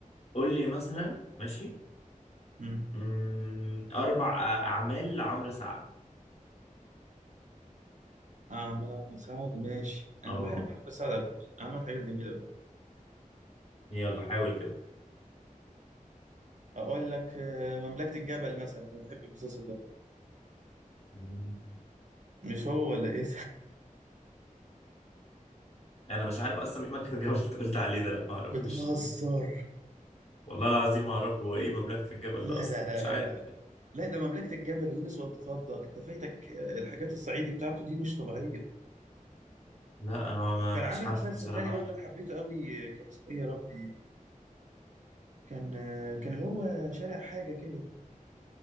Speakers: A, on the left; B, on the right.
A: قول لي مثلا ماشي
B: مم.
A: مم... أربع أ- أعمال لعمرو سعد
B: أعمل عمرو سعد ماشي أنا
A: أه
B: بحب عمرو سعد على فكرة عمل حاجات جميلة أوي
A: يلا حاول كده
B: اقول لك آه، مملكة الجبل مثلا انا بحب المسلسل ده
A: مم.
B: مش هو ولا ايه
A: أنا مش عارف أصلا إيه مملكة الجبل اللي أنت قلت عليه ده لا ما أعرفوش
B: <laughs> بتهزر
A: والله العظيم ما أعرفه هو إيه مملكة الجبل
B: لا
A: ده أصلا
B: لا لا
A: مش
B: لا
A: عارف
B: لا لا لا ده مملكة الجبل ويونس والد فضة انت فايتك آه، الحاجات الصعيدي بتاعته دي مش طبيعية
A: لا أنا
B: كان عامل
A: مش عارفه
B: مسلسل
A: بصراحة
B: تاني برضه انا حبيته قوي آه، كان اسمه ايه يا ربي كان آه، كان اللي هو شارع حاجة كده